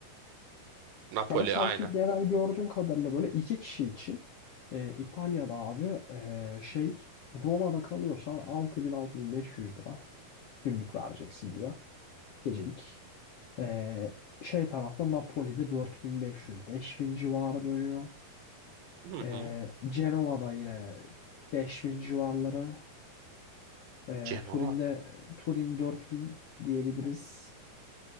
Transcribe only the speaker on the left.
Ama sanki
genel gördüğüm kadarıyla böyle iki kişi için e, İtalya'da abi e, şey Roma'da kalıyorsan 6000-6500 lira günlük vereceksin gibi gecelik. E, şey tarafta Napoli'de 4500 bin civarı dönüyor.
E,
Cenova'da yine 5000 civarları. E,
Turin'de Turin 4000 diyebiliriz.